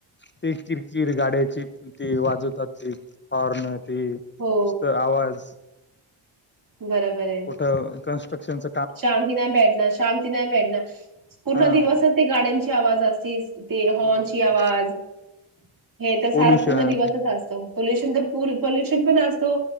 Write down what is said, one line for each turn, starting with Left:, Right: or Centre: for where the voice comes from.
Left: ते किरकिर गाड्याची ती वाजवतात ती हॉर्न ती नसत
Right: हो
Left: आवाज
Right: बरोबर आहे
Left: कुठं कन्स्ट्रक्शनच
Right: शांती नाही भेटणार शांती नाही भेटणार पूर्ण
Left: हा
Right: दिवसच ते गाड्यांची आवाज असती हॉर्नची
Left: हम्म
Right: आवाज. हे तर सारा
Left: पोल्युशन
Right: पूर्ण दिवसच असतो. पोल्युशन तर फुल पोल्युशन पण असतो